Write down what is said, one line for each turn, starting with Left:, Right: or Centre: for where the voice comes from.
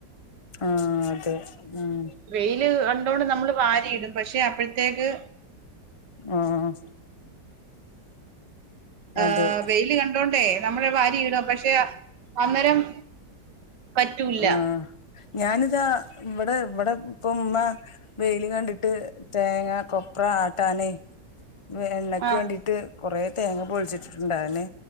Left: ആഹ് അതെ ഉം
Right: വെയില് കണ്ടോണ്ട് നമ്മള് വാരിയിടും പക്ഷെ അപ്പോഴത്തെ അപ്പോഴത്തേക്ക്
Left: ആഹ്
Right: ആ
Left: അതെ
Right: വെയില് കണ്ടോണ്ടേ നമ്മൾ വാരി ഇടും പക്ഷെ അന്നേരം പറ്റൂല്ല
Left: ആഹ ഞാനിതാ ഇവിടെ ഇപ്പം ഉമ്മ വെയില് കണ്ടിട്ട് തേങ്ങ കൊപ്ര ആട്ടാന് എണ്ണക്ക്
Right: ആഹ്
Left: വേണ്ടിട്ട് കുറേ തേങ്ങ പൊളിച്ചിട്ടിട്ടുണ്ടായിരുന്നു